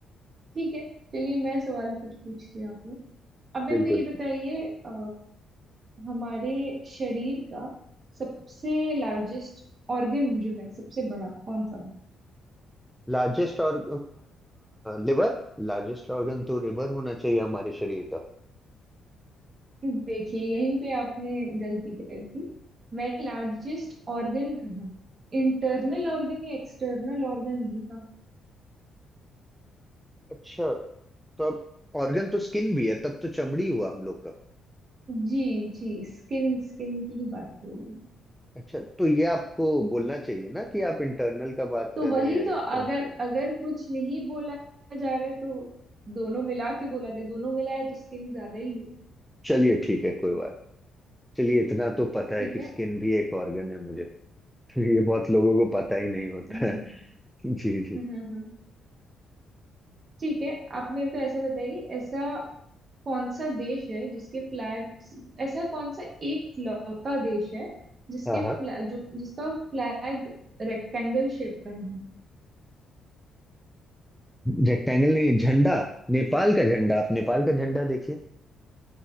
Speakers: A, on the right; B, in the centre.
A: ठीक है चलिए मैं सवाल कुछ पूछती हूँ आपने अब मेरे
B: बिल्कुल
A: को ये बताइए अ, हमारे शरीर का सबसे लार्जेस्ट ऑर्गन जो है सबसे बड़ा कौन सा
B: लार्जेस्ट और लिवर लार्जेस्ट ऑर्गन तो लिवर होना चाहिए हमारे शरीर का
A: है देखिए यहीं पे आपने गलती कर दी मैं लार्जेस्ट ऑर्गन कहा इंटरनल ऑर्गन या एक्सटर्नल ऑर्गन नहीं कहा
B: अच्छा तो अब ऑर्गन तो स्किन भी है तब तो चमड़ी हुआ हम लोग का
A: जी जी स्किन स्किन की ही बात हो रही है
B: अच्छा तो ये आपको बोलना चाहिए ना कि आप इंटरनल का बात
A: तो
B: कर
A: वही
B: रहे हैं या
A: तो
B: एक्सटर्नल
A: अगर अगर कुछ नहीं बोला जा रहा है तो दोनों मिला के बोला जाए दोनों मिला है तो स्किन ज्यादा ही
B: चलिए ठीक है कोई बात चलिए इतना तो पता है
A: ठीक
B: कि
A: है
B: स्किन भी एक ऑर्गन है मुझे <laughs> ये बहुत लोगों को पता ही नहीं होता है
A: जी
B: <laughs> जी जी
A: हाँ हाँ हाँ। ठीक है आप मेरे को ऐसा बताइए ऐसा कौन सा देश है जिसके फ्लैग ऐसा कौन सा एक लौता देश है जिसके
B: हाँ हाँ
A: फ्लैग जो जिसका फ्लैग रेक्टेंगल शेप का नहीं है?
B: रेक्टेंगल नहीं झंडा नेपाल का झंडा आप नेपाल का झंडा देखिए